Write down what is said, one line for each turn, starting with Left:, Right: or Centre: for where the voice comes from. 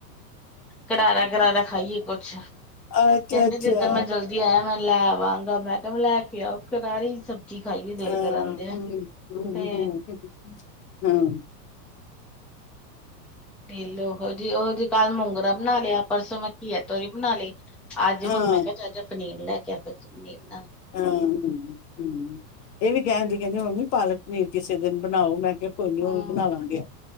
Centre: ਕਰਾਰਾ ਕਰਾਰਾ ਖਾਈਏ ਕੁੱਛ
Left: ਅੱਛਾ
Centre: ਕਹਿੰਦੇ
Left: ਅੱਛਾ
Centre: ਜਿੱਧਰ ਮੈਂ ਜਲਦੀ ਆਇਆ ਮੈਂ ਲੈਵਾਂਗਾ ਮੈਡਮ ਲੈ ਕੇ ਆਓ ਕਰਾਰੀ ਸਬ ਜੀ ਖਾਈਏ ਦਿਲ
Left: ਹਾਂ
Centre: ਕਰਉਂਦੇ ਆ
Left: ਹਮ ਹਮ
Centre: ਤੇ
Left: ਹਮ
Centre: ਨਲ ਉਹ ਜਿ ਉਹ ਜਿਹੀ ਕੱਲ ਮੋਗਰਾ ਬਣਾ ਲਿਆ ਪਰਸੋਂ ਮ ਘਿਅ ਤੋਰੀ ਬਣਾ ਲਏ ਅੱਜ
Left: ਹਾਂ
Centre: ਹੁਣ ਮੈਂ ਕਿਹਾ ਚੱਲ ਜਾ ਪਨੀਰ ਲੈ ਕੇ ਆ ਫਿਰ ਤੂੰ ਪਨੀਰ ਬਣਾ
Left: ਹਾਂ ਹਮ ਹਮ ਇਹ ਵੀ ਕਹਿਣ ਦੀ ਕਹਿੰਦੀ ਮੰਮੀ ਪਾਲਕ ਪਨੀਰ ਕਿਸੇ ਦਿਨ ਬਣਾਓ ਮੈਂ ਕੋਈ ਨੀ ਉਹ
Centre: ਹਾਂ।
Left: ਵੀ ਬਣਾ ਲਵਾਂਗੇ